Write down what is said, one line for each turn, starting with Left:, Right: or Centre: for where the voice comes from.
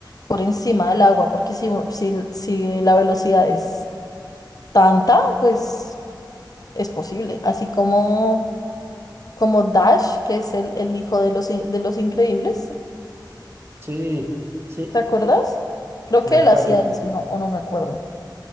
Left: por encima del agua, porque si, si, si la velocidad es tanta, pues es posible. Así como, como Dash, que es el, el hijo de los, in- de los Increíbles,
Right: Sí, sí,
Left: ¿te acuerdas? Creo
Right: me
Left: que
Right: acuerdo.
Left: él hacía eso, no, o no me acuerdo.